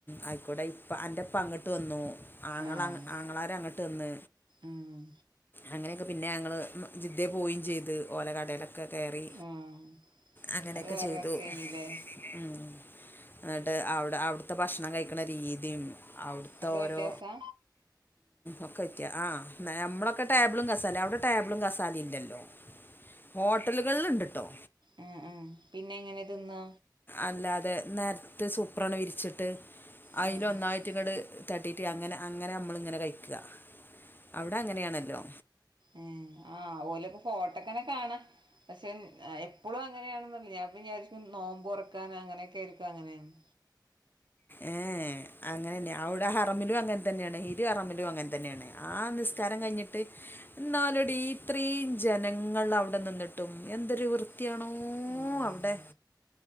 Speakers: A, on the left; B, on the right.
A: ആയിക്കോട്ടെ ഇപ്പൊ അന്റെ ഉപ്പ അങ്ങിട്ട് വന്നു. ആങ്ങള
B: ആഹ്
A: ആങ്ങളാര് അങ്ങ് ട്ട് വന്ന്
B: ഉം
A: അങ്ങനെയൊക്കെ. പിന്നെ ഞങ്ങ ജിദ്ദ പോയെം ചെയ്ത് ഓലെ കടയിലൊക്കെ കേറി
B: ആഹ്
A: അങ്ങനെയൊക്കെ
B: അത് വേറെ
A: ചെയ്തു.
B: രസേനില്ലേ
A: ഉം എന്നിട്ട് അവിടെ അവിടുത്തെ ഭക്ഷണം കഴിക്കണ രീതിയും അവിടുത്തെ
B: ഒക്കെ വ്യത്യാസാ
A: ഓരോ ഒക്കെ വെയ്ക്ക. ആ നമ്മളൊക്കെ ടേബിളും കസാല. അവിടെ ടേബിളും കസാലയും ഇല്ലല്ലോ. ഹോട്ടലുകളിലുണ്ട് ഇണ്ട്‌ട്ടോ.
B: ഉ ഉ പിന്നെ എങ്ങനെ തിന്ന്കാ?
A: അല്ലാതെ നേരത്ത് സൂപ്പറാണ് വിരിച്ചിട്ട് അതില്
B: അതിന്റെ
A: ഒന്നായിട്ട് ഇങ്ങട് തട്ടിട്ട് അ അങ്ങനെ അമ്മള് ഇങ്ങനെ കഴിക്ക. അവിടെ അങ്ങനെയാണല്ലോ?
B: ഉ ആ ഓലപ്പ ഫോട്ടോക്കനെ കാണ്. പക്ഷെ എപ്പോഴും അങ്ങനെയാണെന്ന ഞാൻപ്പം വിചാരിക്കു നോമ്പ് തുറക്കാന് അങ്ങനെയൊക്കെ ആയിരിക്കു അങ്ങനെന്ന്.
A: ഏ അങ്ങനെ തന്നെയാ അവിടെ ഹറമിലും അങ്ങനെ തന്നെയാണ് ഹിദ ഹറമിലും അങ്ങനെ തന്നെയാണ്. ആ നിസ്കാരം കഴിഞ്ഞിട്ട് എന്നാലെടി ഇത്രേം ജനങ്ങൾ അവിടെ നിന്നിട്ടും എന്തൊരു വൃത്തി വൃത്തിയാണോ
B: വൃത്തിയാണോ
A: അവിടെ.